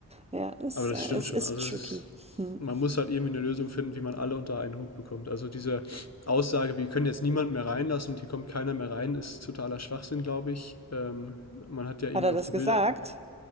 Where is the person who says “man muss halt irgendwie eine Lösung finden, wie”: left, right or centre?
Left